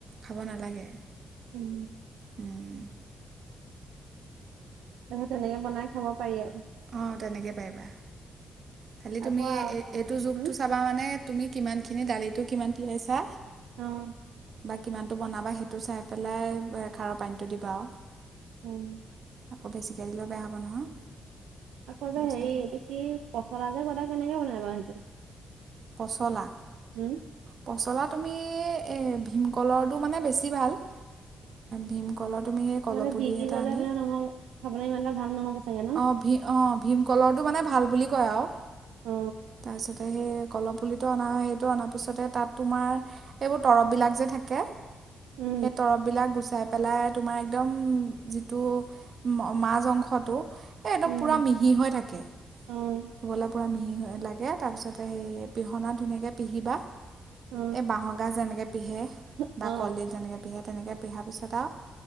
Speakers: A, on the right; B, on the right.
A: খাব নালাগে।
B: উম,
A: উম,
B: তাৰপিছত তেনেকে বনাই খাব পাৰি আৰু
A: অ', তেনেকৈ পাৰিবা খালি তুমি
B: আকৌ
A: এইটো জোগটো
B: হম
A: চাবা মানে তুমি কিমানখিনি দালিটো কিমান তিয়াইছা।
B: অ',
A: বা কিমানটো বনাবা সেইটো চাই পেলাই, খাৰৰ পানীটো দিবা আৰু
B: উম,
A: আকৌ বেছিকৈ দিলেও বেয়া হ'ব নহয়।
B: আকৌ
A: সেইটো
B: যে, হেৰি
A: চাই ল'বা
B: এইটো কি পচলা যে বনায় কেনেকে বনাই বাৰু সেইটো?
A: পচলা
B: উম,
A: পচলা তুমি, ভীমকলৰটো মানে বেছি ভাল। ভীমকলৰ তুমি সেই কলহ
B: মানে
A: পুলি
B: যি টি
A: এটা
B: ললে
A: আনি
B: মানে নহব খাবলৈ ইমানটা ভাল নহ'ব চাগে ন
A: অ', ভীমকলৰটো অ', ভীমকলৰটো মানে, ভাল বুলি কয় আৰু
B: অ
A: তাৰপিছতে সেই কল পুলিটো অনা সেইটো অনাৰ পিছতে, তাত তোমাৰ এইবোৰ তৰববিলাক যে থাকে।
B: উম
A: সেই তৰব বিলাক গুচাই পেলাই তোমাৰ একদম, যিটো মাাজ অংশটো এই একদম
B: উম
A: পূৰা মিহি হৈ থাকে।
B: অ',
A: খাবলৈ পূৰা মিহি হৈ লাগে তাৰপিছতে সেই পিহনা ধুনীয়াকৈ পিহিবা
B: অ
A: এই বাঁহ গাঁজ যেনেকে পিহে বা
B: অ
A: কলডিল যেনেকে পিহে তেনেকে পিহাৰ পিছত আৰু